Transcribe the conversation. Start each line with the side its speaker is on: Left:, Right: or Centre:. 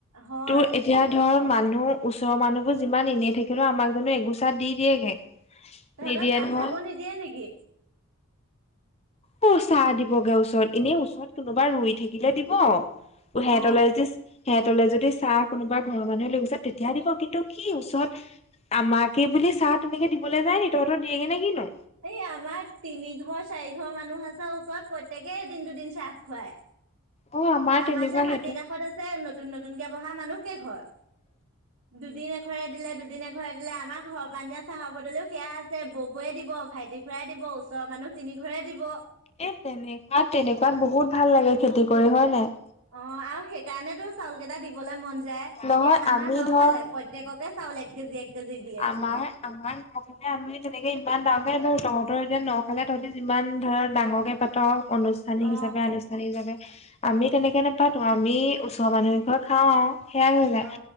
Right: হয়
Left: তোৰ এতিয়া ধৰ মানুহ ওচৰৰ মানুহবোৰ যিমান এনেই থাকিলে আমাক জানো এগোচাত দি দিয়েগে।
Right: তহঁতৰ
Left: নিদিয়ে
Right: চাহ-তাহো
Left: নহয়।
Right: নিদিয়ে নেকি?
Left: ক'ত চাহ দিবগে ওচৰত, এনেই ওচৰত কোনোবা ৰুই থাকিলে দিব। সেহেতলে
Right: অ
Left: যে সেহেতলে যদি চাহ কোনোবা ঘৰৰ মানুহে লৈ গৈছে তেতিয়া দিব। কিন্তু কি ওচৰত আমাকে বুলি চাহ তেনেকে দিবলৈ যায় নি তহঁতৰ দিয়ে গে নে কিনো?
Right: এই আমাৰ তিনি ঘৰ চাৰি ঘৰ মানুহ আছে ওপৰত প্ৰত্যয়েকেই এদিন দূদিন চাহ খুৱায়।
Left: অ'
Right: আমাৰ
Left: তেনেকুৱা
Right: যে মাটি
Left: সেইটো উম।
Right: কাষত আছে নতুন নতুনকে বহা মানুহ কেেই ঘৰ। দুদিন এঘৰে দিলে দুদিন এঘৰে দিলে, আমাৰ ঘৰৰ পৰা দিয়া চাহৰ বদলিও সেয়া আছে ববৌয়ে দিব ভাইটিক। ঘুৰাই দিব ওচৰৰ মানুহ খিনিক ঘূৰাই দিব।
Left: এ তেনেকুৱাত তেনেকুৱাত বহুত ভাল লাগে খেতি কৰি হয় নাই।
Right: অ আৰু সেইকাৰণেতো চাউল কেইটা দিবলে মন যায়,
Left: নহয়
Right: এতিয়া আমাৰ
Left: আমি
Right: ন
Left: ধৰ
Right: খালে। <unintelligible> চাউল এক কেজি এক কেজি দিয়ে
Left: আমাৰ। আমাৰ ন খালে আমি তেনেকে ইমান ডাঙকে তহতৰ এতিয়া ন খালে তহতি যিমান ধৰ ডাঙৰকে পাত। অনুজ। স্থানীক
Right: অ
Left: হিচাপে আনুষ্ঠানিক হিচাপে আমি তেনেকে নাপাতো আমি ওচৰৰ মানুহৰ পৰা খাওঁ। সেয়য়া হৈ যায়
Right: অ